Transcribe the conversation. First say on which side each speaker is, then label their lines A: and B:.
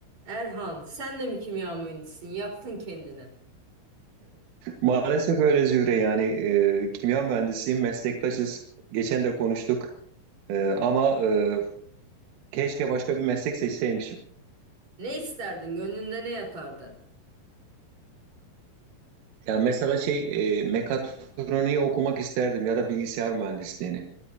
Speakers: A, on the right; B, on the right.
A: Erhan, sen de mi kimya mühendisisin? Yaptın kendini.
B: Maalesef öyle Zühre yani e, kimya mühendisiyim, meslektaşız. Geçen de konuştuk E, ama e, keşke başka bir meslek seçseymişim.
A: Ne isterdin? Gönlünde ne yatardı?
B: Yani mesela şey e, mekatroniği okumak isterdim ya da bilgisayar mühendisliğini.